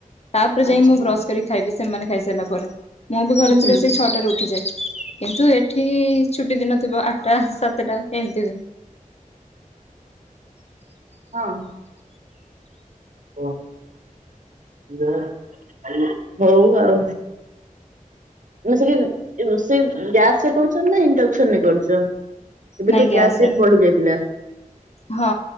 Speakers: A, on the left; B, on the right.
A: ତାପରେ
B: ଆଚ୍ଛା।
A: ଯାଇଁ ମୁଁ ବ୍ରସ୍ କରି ଖାଇବି ସେମାନେ ଖାଇସାରିଲା ପରେ। ମୁଁ ବି ଘରେ
B: ହୁଁ
A: ଥିଲେ ସେଇ ଛଅଟାରେ ଉଠିଯାଏ। କିନ୍ତୁ ଏଠି ଛୁଟି ଦିନ ଥିବ ଆଟା ସାତେଟା ଏମିତି ହୁଏ।
B: ହଁ। ଓ <inaudible> ହଉ ଆଉ। ଆ ସେଠି ରୋଷେଇ ଗ୍ୟାସ ରେ କରୁଛ ନା ଇଣ୍ଡକ୍ସନ ରେ କରୁଛ? ଏବେ
A: ନାଇଁ
B: ତ
A: ଗ୍ୟାସ୍
B: ଗ୍ୟାସ ରେଟ୍
A: ରେ।
B: ବଢି ଯାଇଥିଲା
A: ହଁ